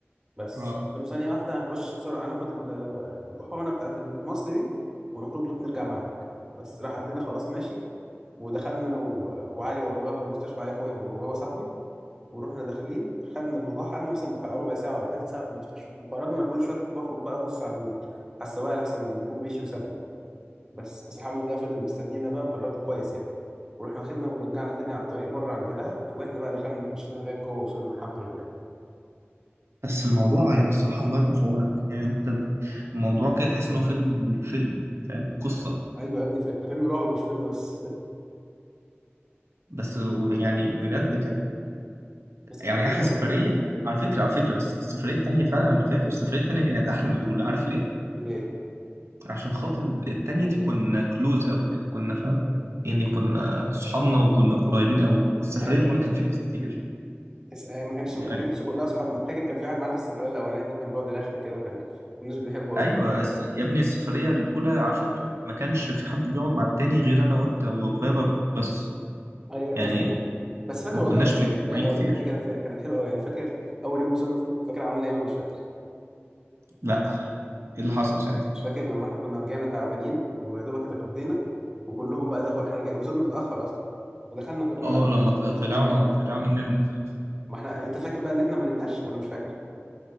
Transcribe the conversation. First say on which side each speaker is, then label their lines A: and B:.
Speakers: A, on the right; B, on the right.
A: بس
B: اه
A: استنوا ثانية واحدة هنخش بسرعة هناخد ال- الأحونة بتاعت المصل دي ونخرج لك نرجع معاك بس راح قال لنا خلاص ماشي ودخلنا أنا و- وعلي وأبو غابة المستشفى علي أخويا وأبو غابة صاحبي ورحنا داخلين خدنا اللقاح قعدنا مثلا بتاع ربع ساعة ولا تلت ساعة في المستشفى وخرجنا كل شوية كنت بخرج بقى أبص على ال- على السواق لأحسن يكون مشي وسابنا بس بس الحمد لله فضل مستنينا بقى وكان راجل كويس يعني ورحنا واخدنا ورجعنا تاني على الطريق بره عند دهب واحنا بقى دخلنا اتمشينا لغايه جوه وصلنا الحمد لله
B: بس الموضوع يعني الصراحة الله يكون في عونك يعني انت الموضوع كده تحس ان هو فيلم فيلم فاهم قصة
A: ايوه يا ابني فيلم- ده فيلم رعب مش فيلم بس
B: بس يعني بجد كانت
A: بس كانت
B: يعني
A: تجربة
B: احلى
A: حلوة
B: سفرية على فكرة على فكرة بس السفرية التانية فعلا انا فاكر السفرية التانية كانت احلى من الاولى عارف ليه؟
A: ليه؟
B: عشان خاطر التانية دي كنا كلوز قوي يعني كنا فاهم يعني كنا صحابنا وكنا قريبين قوي السفرية
A: ايوه
B: الاولى
A: ايوه
B: كان فيها ناس كتير
A: بس آه، ما كانش
B: لو
A: ما
B: فاكر
A: كانتش كلها اصحابنا فاكر كان في واحد معانا في السفرية الأولانية دي كان بيقعد يرخم كده وكان ما كناش بنحبه قوي
B: ايوه الس- يا ابني السفرية الاولى على فكرة ما كانش في حد بيقعد مع التاني غير انا وانت وابو غابة بس
A: ايوه بس
B: يعني
A: بس فاكر
B: ما
A: والله
B: كناش
A: بقى
B: متجمعين
A: السفرية الأولانية
B: كتير
A: دي كان في... كانت حلوة قوي يعني فاكر أول يوم وصلنا فيه فاكر عملنا ايه ولا مش فاكر؟
B: لا ايه اللي حصل ساعتها
A: مش فاكر لما احنا كنا رجعنا تعبانين ويا دوبك اتغدينا وكلهم بقى دخلوا احنا رجعنا وصلنا متأخر أصلا ودخلنا كلنا
B: اه
A: على-
B: لما طلع-
A: مش-
B: طلعنا
A: قد كده.
B: طلعنا نمنا في الاخر
A: ما احنا انت فاكر بقى ان احنا ما نمناش ولا مش فاكر؟